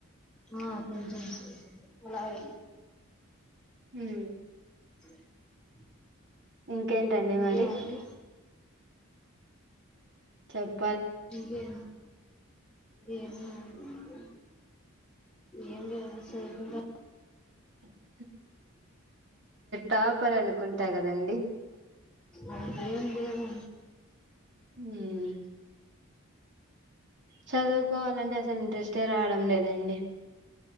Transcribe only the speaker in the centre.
ఆ కొంచెం సేపు ఓలాయ్
ఐ
ఇంకేమండి?
ఇగేం ఏం ఉన్నది ఏం లేదు అండి చదువుకుంట
అంత ఏం లేవు